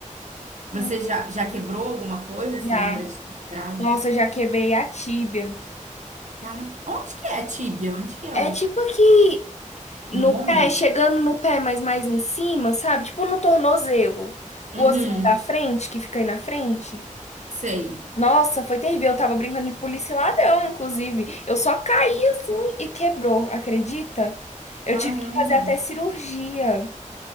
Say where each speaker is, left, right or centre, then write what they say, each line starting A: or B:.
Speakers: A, on the left (about 55°); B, on the right (about 65°).
A: Uhum.
B: Você já, já quebrou alguma coisa?
A: Já.
B: Se lembra de ter quebrado?
A: Nossa, eu já quebrei a tíbia.
B: Cara, onde que é a tíbia? Onde que é
A: É
B: o
A: tipo aqui no
B: no
A: pé,
B: ombro?
A: chegando no pé, mas mais em cima, sabe? Tipo no tornozelo. O
B: Uhum,
A: ossinho da frente, que fica aí na frente.
B: sei.
A: Nossa, foi terrível. Eu tava brincando de polícia e ladrão, inclusive. Eu só caí assim e quebrou, acredita? Eu
B: Caramba.
A: tive que fazer até cirurgia.